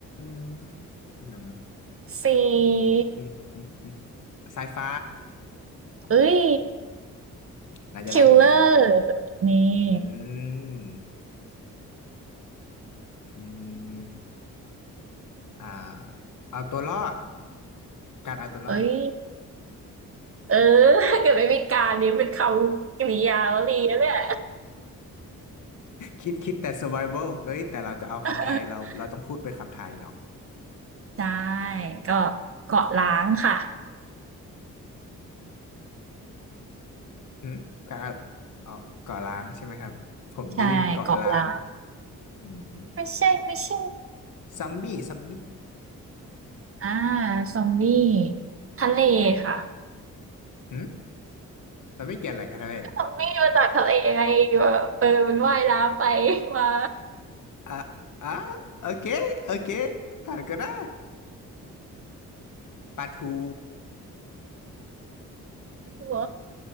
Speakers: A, on the left; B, on the right.
A: มหนังหนัง
B: สี่
A: อืมอืมอืมไซไฟ
B: เอ้ย
A: น่าจะได้อยู่นะ
B: คิลเลอร์นี่
A: อืมอืมอ่าเอาตัวรอดการเอาตัวรอด
B: เอ้ยเออถ้าเกิดไม่มีการนี้เป็นคำกริยาวลีนะเนี่ย
A: คิดคิดแต่ survival เอ้ยแต่เราจะเอาคำไทยเราเราต้องพูดเป็นคำไทยเนาะ
B: <laughs> ใช่ก็เกาะล้างค่ะ
A: หืมก็ออกเกาะล้างใช่ไหมครับผมได้ยินเป็นเกาะล้าน
B: ใช่เกาะล้าง
A: อืม
B: ไม่ใช่ไม่ใช่
A: ซัมบี้ซัมบี้
B: อ่าซอมบี้ทะเลค่ะ
A: หืมเราไม่เกี่ยวอะไรกันนะเลย
B: ก็ซอมบี้มาจากทะเลไงอยู่แบบเออมันว่ายน้ำไปมา
A: อ่ะอ่ะโอเคโอเคผ่านก็ได้ปลาทู
B: หัว